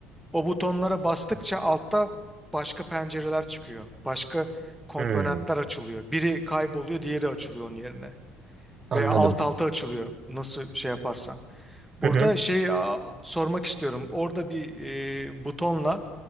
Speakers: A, in the centre; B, on the right.
A: O butonlara bastıkça altta başka pencereler çıkıyor. Başka komponentler
B: Hı.
A: açılıyor. Biri kayboluyor, diğeri açılıyor onun yerine.
B: Anladım.
A: Veya alt alta açılıyor nasıl şey yaparsan. Burada
B: Hı hı.
A: şey a- sormak istiyorum. Orada bir e, butonla